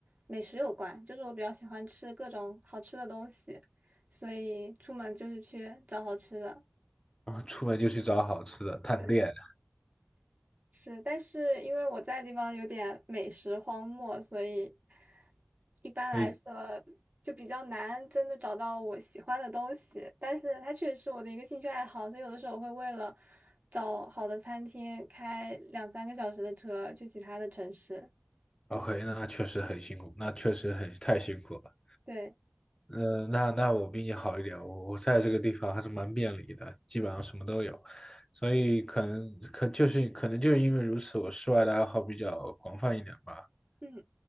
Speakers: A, on the right; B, on the left.
A: 美食有关，就是我比较喜欢吃各种好吃的东西，所以出门就是去找好吃的。
B: 啊，出门就去找好吃的探店。
A: 对。是，但是因为我在的地方有点美食荒漠，所以一般来说就比较难真的找到我喜欢的东西。
B: 哎
A: 但是它确实是我的一个兴趣爱好，所以有的时候会为了找好的餐厅开两三个小时的车去其他的城市。
B: ，OK，那确实很辛苦，那确实很太辛苦了。
A: 对，
B: 嗯、那那我比你好一点，我我在这个地方还是蛮便利的，基本上什么都有，所以可能可就是可能就是因为如此，我室外的爱好比较广泛一点吧。
A: 嗯